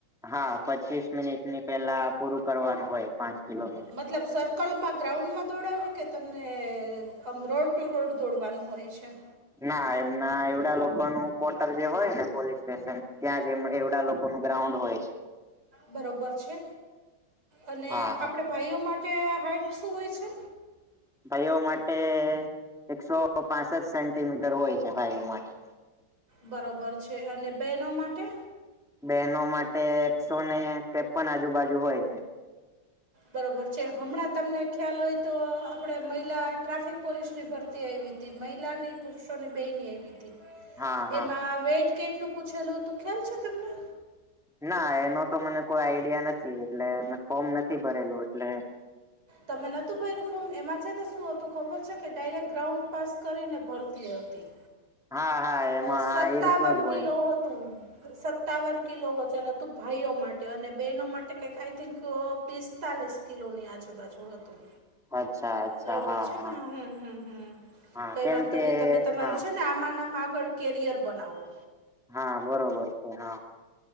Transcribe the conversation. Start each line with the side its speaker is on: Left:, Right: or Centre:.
Centre: હા પચીસ મિનિટની પહેલા પૂરું કરવાનું હોય. પાંચ કિલો
Right: મતલબ સર <unintelligible> ગ્રાઉન્ડમાં દોડાવે કે તમને આમ રોડ ટુ રોડ દોડવાનું હોય છે.
Centre: ના એમના એ લોકોનું ક્વોટર જે હોય ને પોલીસ સ્ટેશન ત્યાં જ એમ એ લોકોનું ગ્રાઉન્ડ હોય છે.
Right: બરાબર છે અને
Centre: હા હા.
Right: આપણે ભાઈઓ માટે હાઈટ શું હોય છે?
Centre: ભાઈઓ માટે એકસો પાંસઠ સેન્ટીમીટર હોય છે. ભાઈઓ માટે
Right: બરાબર છે અને બહેનો માટે?
Centre: બહેનો માટે એકસો ને તેપન આજુબાજુ હોય.
Right: બરોબર છે. હમણાં તમને ખ્યાલ હોય તો આપણે મહિલા ટ્રાફિક પોલીસની ભરતી આવયી. તે મહિલાની પુરુષોની બંનેની આવી હતી.
Centre: હા હા.
Right: એમાં વેઈટ કેટલું પૂછેલું હતું ખ્યાલ છે તમને?
Centre: ના એનો તો મને કોઈ આઈડિયા નથી. એટલે મે ફોર્મ નથી ભરેલું. એટલે <inaudible>
Right: તમે ન હોતું ભર્યું ફોર્મ એમાં છે ને શું હતું ખબર છે કે ડાયરેક ગ્રાઉન્ડ પાસ કરીને ભરતી હતી.
Centre: હા હા એમાં
Right: સત્તાવન
Centre: હા એ રીતનું જ
Right: કિલો
Centre: હોય.
Right: હતું. સત્તાવન કિલો વજન હતું ભાઈઓ માટે અને બહેનો માટે કંઈક આઈ થિંક પિસ્તાલીસ કિલોની આજુબાજુ હતું.
Centre: અચ્છા અચ્છા
Right: બરોબર
Centre: હા
Right: છે
Centre: હા.
Right: ને હમ્મ હમ્મ હમ્મ.
Centre: હા
Right: કઈ
Centre: કેમ
Right: વાંધો
Centre: કે
Right: નહી તમે તમારું
Centre: હા
Right: છે ને આમાં ના આમાં આગળ કેરિયર બનાવો.
Centre: હા બરોબર છે હા.